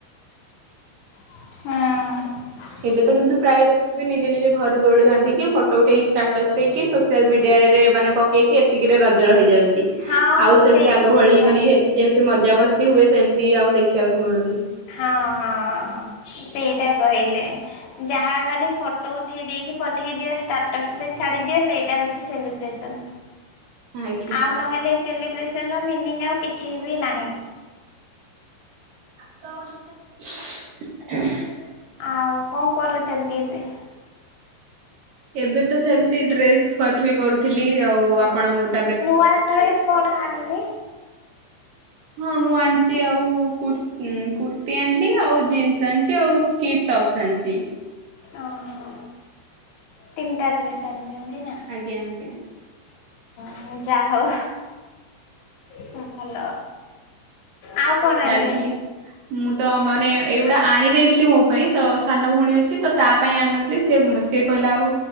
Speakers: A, on the left; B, on the right.
A: ହଁ।
B: ଏବେ ତ କିନ୍ତୁ ପ୍ରାୟ ଦେଖିଥିବେ ନିଜ ନିଜ ଘରୁ ଦୋଳି ବାନ୍ଧିକି ଫଟୋ ଉଠେଇ ଷ୍ଟାଟସ୍ ଦେଇକି। ସୋସିଆଲ୍ ମିଡିଆରେ ମାନେ ପକେଇକି ଏତିକିରେ ରଜର ହେଇଯାଉଛି।
A: ହଁ
B: ଆଉ ସେମିତି
A: ସେଇ
B: ଆଗ
A: ସେଇଟା
B: ଭଳି ମାନେ ହେ କି ଯେମତି ମଜାମସ୍ତି ହୁଏ ସେମତି ଆଉ ଦେଖିବାକୁ ମିଳୁନି।
A: ହଁ, ହଁ, ହଁ ସେଇଟା କହିଲେ। ଯାହା ଖାଲି ଫଟୋ ଉଠେଇ ଦେଇକି ପଠେଇ ଦିଅ। ଷ୍ଟାଟସ୍ ରେ ଛାଡିଦିଅ ସେଇଟା ହଉ ସେ ସେଲିବ୍ରେସନ୍।
B: ଆଜ୍ଞା।
A: ଆଉ ନହେଲେ ସେଲିବ୍ରେସନ୍ ର ମିନିଙ୍ଗ ଆଉ କିଛି ବି ନାହିଁ।
B: ତ <inaudible>
A: ଆଉ କଣ କରୁଚନ୍ତି ଏବେ?
B: ଏବେ ତ ସେମତି ଡ୍ରେସ୍ ଥୁଆଥୁଇ କରୁଥିଲି, ଆଉ ଆପଣଙ୍କ
A: ନୂଆ ଡ୍ରେସ୍ କଣ ଆଣିଲେ?
B: ହଁ ମୁଁ ଆଣିଚି ଆଉ କୁର୍ ହୁଁ, କୁର୍ତ୍ତି ଆଣିଲି ଆଉ ଜିନ୍ସ ଆଣିଛି ଆଉ ସ୍କିଟ ଟପସ୍ ଆଣିଚି।
A: ଓହୋ! ତିନଟା ଡ୍ରେସ୍ ଆଣିଛନ୍ତି ନା?
B: ଆଜ୍ଞା, ଆଜ୍ଞା।
A: ହଁ ଯା ହଉ ହଁ ଭଲ। ଆଉ କଣ
B: ଯାଇଥିଲି।
A: ଆଣିଲେ?
B: ମୁଁ ତ ମାନେ ଏଇଗୁଡ଼ା ଆଣି ଦେଇଥିଲି ମୋ ପାଇଁ। ତ ସାନ ଭଉଣୀ ଅଛି ତ ତା ପାଇଁ ଆଣିନଥିଲି। ସିଏ ଉଁ, ସିଏ କହିଲା ଆଉ